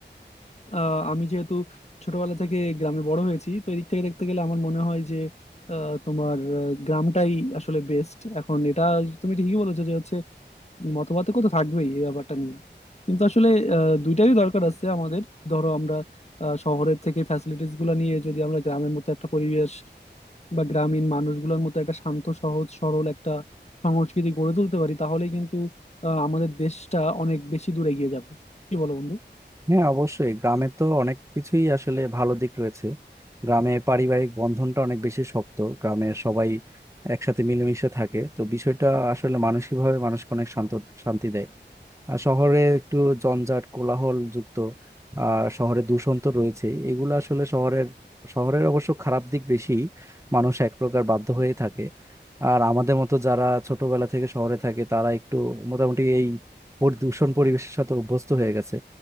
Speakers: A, on the left; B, on the right.
A: আহ, আমি যেহেতু ছোটবেলা থেকে গ্রামে বড় হয়েছি তো এদিক থেকে দেখতে গেলে আমার মনে হয় যে আহ, তোমার আহ, গ্রামটাই আসলে বেস্ট এখন এটা তুমি ঠিকই বলেছো যে হচ্ছে মতপার্থক্য তো থাকবেই এই ব্যাপারটা নিয়ে কিন্তু আসলে আহ, দুইটারই দরকার আছে আমাদের ধরো আমরা আহ, শহরের থেকে ফ্যাসিলিটিস গুলো নিয়ে যদি আমরা গ্রামের মতো একটা পরিবেশ বা গ্রামীণ মানুষগুলোর মতো একটা শান্ত সহজ সরল একটা সংস্কৃতি গড়ে তুলতে পারি তাহলেই কিন্তু আহ, আমাদের দেশটা অনেক বেশি দূরে এগিয়ে যাবে কি বলো বন্ধু
B: হ্যাঁ অবশ্যই গ্রামে তো অনেক কিছুই আসলে ভালো দিক রয়েছে গ্রামে পারিবারিক বন্ধনটা অনেক বেশি শক্ত গ্রামের সবাই একসাথে মিলেমিশে থাকে তো বিষয়টা আসলে মানসিকভাবে মানুষকে অনেক শান্ত শান্তি দেয় আর শহরে একটু জঞ্জাট কোলাহল যুক্ত আর শহরে দূষণ তো রয়েছে এগুলো আসলে শহরের শহরের অবশ্য খারাপ দিক বেশি মানুষ এক প্রকার বাধ্য হয়ে থাকে আর আমাদের মতো যারা ছোটবেলা থেকে শহরে থাকে তারা একটু মোটামুটি এই পরি- দূষণ পরিবেশের সাথে অভ্যস্ত হয়ে গেছে